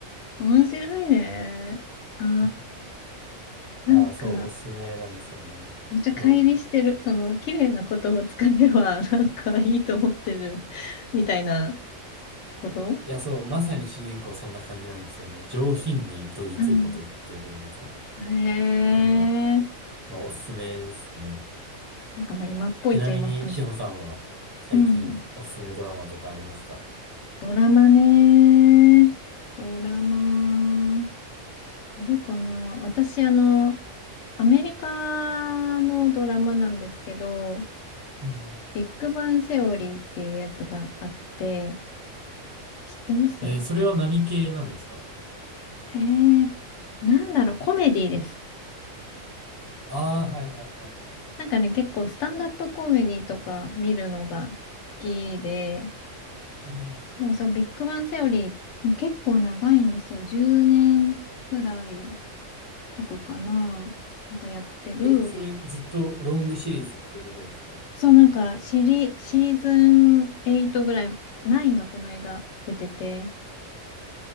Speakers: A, on the left; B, on the right.
A: 面白いね。ああ、
B: うん
A: なんか、
B: いやー、そう、おすすめなんですよね。
A: めっちゃ乖離してる。
B: そう。
A: その、綺麗な言葉使えば、なんかいいと思ってる、みたいなこと
B: いや、そう、まさに主人公そんな感じなんですよね。上品にどぎついこと言ってるみたいな。
A: うん。へえ。
B: そんな、まあおすすめですね。
A: なんかまあ、今っぽいっちゃ今っぽいのか。
B: ちなみに、志保さんは最近おすすめドラマとかありますか
A: うん。ドラマね。ドラマ。あるかな私、あの、アメリカのドラマなんですけど、
B: うん
A: ビッグバンセオリーっていうやつがあって、知ってます
B: えーそれは何系なんですか
A: えー、なんだろう、コメディです。
B: ああー、はいはいはいはい。
A: なんかね、結構スタンダップコメディとか見るのが好きで、
B: あの、うん。
A: でもそのビッグバンセオリーもう結構長いんですよ。10年くらいとかかな。なんかやってる
B: え、それずっとロングシリーズってことですか
A: そう、なんか、シリ、シーズン8ぐらい、9がこの間出てて、